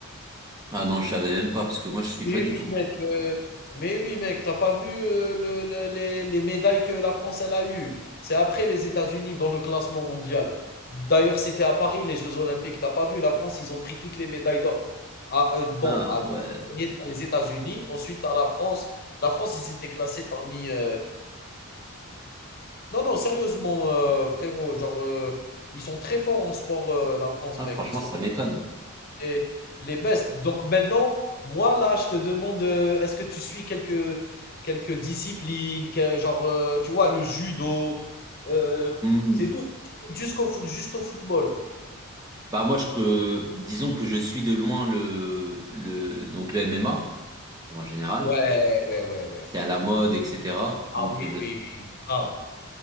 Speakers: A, on the right; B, on the left.
A: Ah non, je savais même pas, parce que moi, je suis
B: Mais
A: pas du
B: oui,
A: tout.
B: mec, heu, mais oui, mec, t'as pas vu, heu, le le les les médailles que la France, elle a eues? C'est après les États-Unis dans le classement mondial. D'ailleurs, c'était à Paris, les jeux olympiques. T'as pas vu, la France, ils ont pris toutes les médailles d'or. Ah, heu, bon,
A: Ah
B: ah,
A: ouais.
B: en 1er, les États-Unis, ensuite, tu la France. La France, ils étaient classés parmi, heu non, non, sérieusement, heu, frérot, genre, heu, ils sont très forts en sport, heu, la France,
A: Ah,
B: mec.
A: franchement,
B: Ils sont
A: ça m'étonne.
B: les, les best. Donc maintenant, moi là, je te demande, euh, est-ce que tu suis quelques, quelques disciplines, que- genre, euh, tu vois, le judo, euh,
A: Hmm.
B: c'est tout, jusqu'au, foot- juste au football.
A: Bah moi, je, que, disons que je suis de loin le, le, donc le MMA, en général.
B: Ouais, ouais, ouais.
A: C'est à la mode, etc.
B: Ah
A: Donc
B: oui,
A: je,
B: oui, oui, grave.